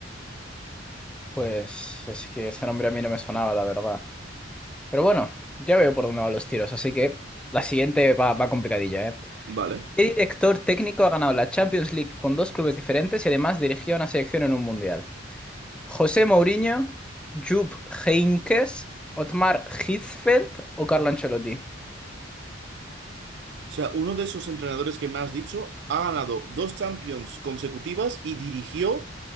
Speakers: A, in the centre; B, on the right.
A: Pues es que ese nombre a mí no me sonaba, la verdad. Pero bueno, ya veo por dónde van los tiros, así que la siguiente va, va complicadilla, ¿eh?
B: Vale.
A: ¿Qué director técnico ha ganado la Champions League con dos clubes diferentes y además dirigió a una selección en un mundial? ¿José Mourinho, Jupp Heynckes, Otmar Hitzfeld o Carlo Ancelotti?
B: O sea, uno de esos entrenadores que me has dicho ha ganado dos Champions consecutivas y dirigió